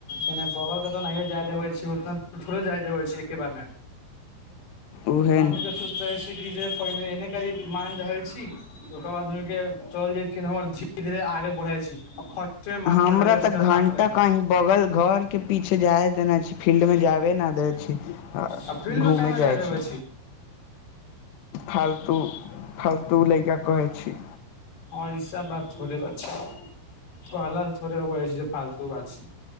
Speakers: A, on the left; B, on the left.
A: क बगलके तऽ नहियो जाय देबे छी उतना दू थोड़े जाय देबे छी एके बारमे
B: उहे
A: हमनी
B: ने
A: तऽ सोच रहे छी कि जे पहिने एने करी मान रहै छी ओकर बाद के चल जा हमर धीरे धीरे आगे बढ़े छी फर्स्ट मे माना
B: हमरा
A: पा देले छी
B: तऽ
A: तब का
B: घंटा
A: करै छी
B: कही बगल घर के पीछे जाय देना छै फील्ड मे जाबे न दे छै
A: आ फील्ड
B: घूमय
A: मे काहे न
B: जाइ
A: जाय देबै
B: छी फालतू फालतू लैका कहै छी
A: हँ ई सब बात थोरे कहल हो जे फालतू ब छै